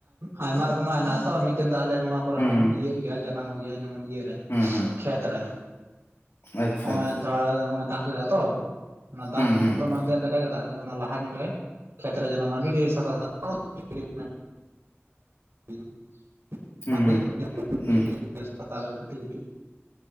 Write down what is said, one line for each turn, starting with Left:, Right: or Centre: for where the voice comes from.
Right: ᱟᱭᱢᱟ ᱨᱚᱠᱚᱢᱟᱜ ᱦᱮᱱᱟᱜᱼᱟ ᱛᱚ ᱢᱤᱜᱴᱮᱱ ᱫᱚ ᱟᱞᱮ ᱱᱚᱣᱟ ᱠᱚᱨᱮ
Left: ᱦᱩᱸ
Right: ᱦᱚᱸ ᱤᱭᱟᱹᱜ ᱜᱤᱭᱟ ᱡᱟᱱᱟᱢᱚᱜ ᱜᱤᱭᱟ ᱡᱮᱢᱚᱱ ᱤᱭᱟᱹ ᱨᱮ
Left: ᱦᱩᱸ ᱦᱩᱸ
Right: ᱠᱷᱮᱛ ᱨᱮ
Left: ᱟᱪᱪᱷᱟ
Right: ᱚᱭ
Left: ᱟᱪᱪᱷᱟ
Right: ᱛᱷᱚᱲᱟ ᱚᱭ ᱫᱟᱜ ᱠᱮᱫᱟ ᱛᱚ ᱚᱱᱟ ᱫᱟᱜ
Left: ᱦᱩᱸ ᱦᱩᱸ
Right: ᱱᱤᱛᱚᱝ ᱢᱟᱝᱛᱮ ᱠᱟᱡᱟᱠ ᱫᱟᱜ ᱚᱱᱟ ᱞᱟᱦᱟ ᱧᱚᱜ ᱨᱮ ᱠᱷᱮᱛ ᱨᱮ ᱡᱟ ᱟᱹᱰᱤ <inaudible>
Left: ᱦᱩᱸ
Right: <unintelligible>
Left: ᱦᱩᱸ ᱦᱩᱸ
Right: ᱠᱟᱹᱴᱤᱜ ᱠᱟᱹᱴᱤᱜ